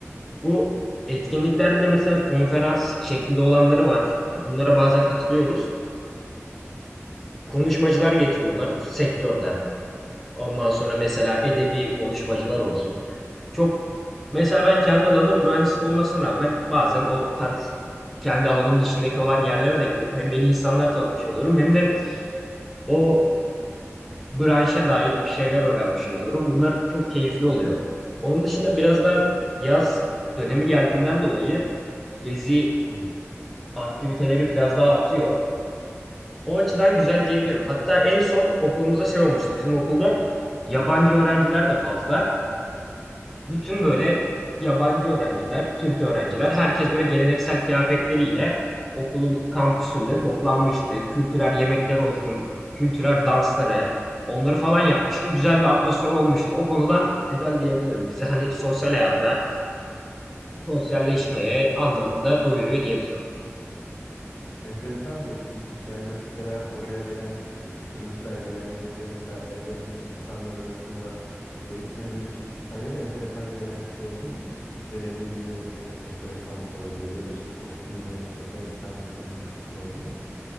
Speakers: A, in the centre; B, on the left.
A: Bu etkinliklerde de mesela konferans şeklinde olanları var. Bunlara bazen katılıyoruz. Konuşmacılar getiriyorlar sektörden. Ondan sonra mesela edebi konuşmacılar olsun. Çok mesela ben kendi alanım mühendislik olmasına rağmen bazen o tarz kendi alanım dışındaki olan yerlere de gidiyorum. Hem yeni insanlar tanımış oluyorum hem de o branşa dair bir şeyler öğrenmiş oluyorum. Bunlar çok keyifli oluyor. Onun dışında biraz da yaz dönemi geldiğinden dolayı gezi
B: Hı hı.
A: aktiviteleri biraz daha artıyor. O açıdan güzel diyebilirim. Hatta en son okulumuzda şey olmuştu. Bizim okulda yabancı öğrenciler de fazla. Bütün böyle yabancı öğrenciler, Türk öğrenciler, herkes böyle geleneksel kıyafetleriyle okulun kampüsünde toplanmıştı. Kültürel yemekler olsun, kültürel dansları, onları falan yapmıştı. Güzel bir atmosfer olmuştu. O konudan güzel diyebilirim. Bizi hani sosyal hayata, sosyalleşmeye anlamında doyuruyor diyebilirim.
B: Enteresan bir etkinlikmiş. Yani mesela oraya gelen e, kültürünü sergileyen, yemeklerini sergileyen in- insanlar arasında e, hiç seni böyle şaşırtan ya da enteresan gelen bir şey oldu mu? De- denediğin bir yemek enteresan olabilir ya da işte kostümünü enteresan bulduğun bir kültür oldu mu?